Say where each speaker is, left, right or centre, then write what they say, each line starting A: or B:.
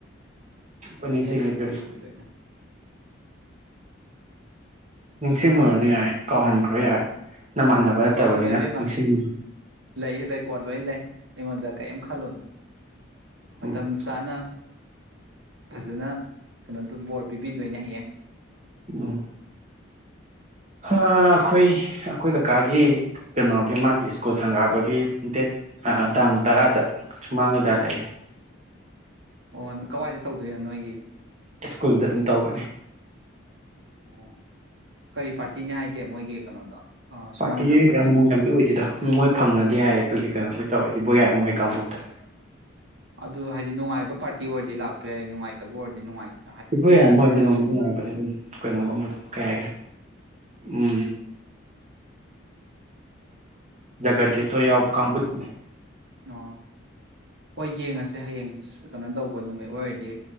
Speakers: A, on the right; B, on the right.
A: ꯂꯣꯏ ꯅꯤꯡꯁꯤꯡꯉꯦ
B: ꯁꯪꯉꯤ
A: ꯏꯕꯦꯝꯃ
B: ꯇꯩꯕꯨꯗꯤ ꯂꯩꯅ
A: ꯎꯝ ꯏꯁꯤꯡ ꯑꯣꯏꯨꯔꯅ ꯌꯥꯔꯦ ꯀꯥꯎꯍꯟꯈ꯭ꯔꯣ ꯌꯥꯔꯦ ꯅꯃꯥꯟꯅꯕ ꯅꯠꯇꯕꯅꯤꯅ
B: ꯀꯧꯍꯜꯂꯣꯏꯕꯦꯝꯃ
A: ꯅꯤꯡꯁꯤꯡ
B: ꯂꯩꯕꯩꯀꯣꯠ ꯂꯣꯏꯅ ꯂꯩ ꯑꯩꯉꯣꯟꯗ ꯀꯥꯏ ꯌꯥꯝ ꯈꯜꯂꯣꯅꯣ ꯑ
A: ꯎꯝ
B: ꯃꯇꯝꯝꯖꯅ ꯐꯖꯅ ꯀꯩꯅꯣꯗ ꯕꯣꯔ ꯄꯤꯕꯤꯗꯣꯏꯅꯦ ꯍꯌꯦꯌꯦꯦ
A: ꯎ ꯑꯩꯈꯣꯏ ꯑꯩꯈꯣꯏ ꯀꯀꯥꯒꯤ ꯀꯩꯅꯣꯒꯤ ꯃꯥꯒꯤ ꯁ꯭ꯀꯨꯜ ꯁꯪꯒꯥꯕꯒꯤ ꯗꯦꯠ ꯇꯥꯡ ꯇꯔꯥꯗ ꯁꯨꯃꯥꯡ ꯂꯤꯗꯥ ꯂꯩꯑꯦ
B: ꯑꯣ ꯀꯗꯥꯏꯗ ꯇꯧꯗꯣꯏꯅꯣ ꯅꯣꯏꯒꯤ
A: ꯏꯁꯁꯀꯨꯜꯗ ꯑꯗꯨ ꯇꯧꯒꯅꯤ
B: ꯑꯣ ꯀꯔꯤ ꯄꯥꯔꯇꯤꯅꯤ ꯍꯥꯏꯒꯦ ꯃꯣꯏꯒꯤ ꯀꯩꯅꯣꯗꯣ
A: ꯄꯥꯔꯇꯤꯁꯤ
B: ꯁꯨꯃꯥꯡ ꯂꯤꯂꯥ ꯄꯥꯔꯇꯤ
A: ꯌꯥꯝ ꯅꯨꯡꯉꯥꯏꯕꯗꯤ ꯑꯣꯏꯗꯦꯗ ꯃꯣꯏ ꯐꯪꯅꯗꯦ ꯍꯥꯏꯌꯦ ꯑꯗꯨꯒꯤ ꯀꯩꯅꯣꯝ ꯇꯧꯋꯦ ꯏꯕꯣꯌꯥ ꯃꯣꯏ ꯀꯥꯡꯕꯨ ꯇꯧꯋꯤ
B: ꯑꯗꯨ ꯍꯥꯏꯗꯤ ꯅꯨꯡꯉꯥꯏꯕ ꯄꯥꯔꯇꯤ ꯑꯣꯏꯔꯗꯤ ꯂꯥꯛꯄ ꯌꯥꯏ ꯅꯨꯡꯉꯥꯏꯇꯕ ꯑꯣꯏꯔꯗꯤ ꯅꯨꯡꯉꯥꯏꯇ
A: ꯁꯤꯄꯨ ꯌꯥꯝ ꯃꯣꯏꯁ ꯅꯨꯡꯉꯥꯏꯕꯅꯦ ꯑꯗꯨꯝ ꯀꯩꯅꯣꯒꯨꯝꯕꯗꯣ ꯀꯩ ꯍꯥꯏꯈ꯭ꯔꯦ ꯎ ꯖꯒꯥꯗꯤ ꯁꯣꯏ ꯌꯥꯎꯕ ꯀꯥꯡꯕꯨꯗꯨꯅꯦ
B: ꯑꯣ ꯍꯣꯏ ꯌꯦꯡꯉꯁꯦ ꯍꯌꯦꯡ ꯀꯩꯅꯣ ꯇꯧꯕ ꯅꯨꯃꯤꯠ ꯑꯣꯏꯔꯗꯤ